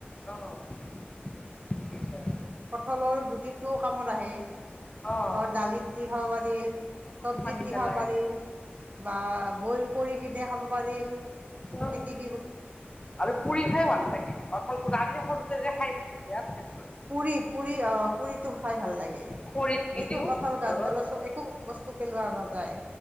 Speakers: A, on the left (about 25°); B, on the right (about 40°).
A: অঁ <inaudible>
B: কঠলৰ গুটিটো কামত আহে
A: অঁ
B: ঘৰত দালিত দি খাব চব্জিত
A: সানি
B: দি
A: পেলাই
B: খাব পাৰি বা বইল কৰি <unintelligible> খাব পাৰিল
A: অঁ
B: পিটিক
A: আৰু পুৰি খাই ভাল লাগে, কঠাল <unintelligible> সৰুতে যে খাইছিল <unintelligible> থাক
B: পুৰি, পুৰি অ পুৰিটো খাই ভাল লাগে এইটো
A: খৰিত দি দিওঁ
B: কঠাল
A: ভিতৰত
B: গাছডাল একো বস্তু পেলোৱা নাযায়।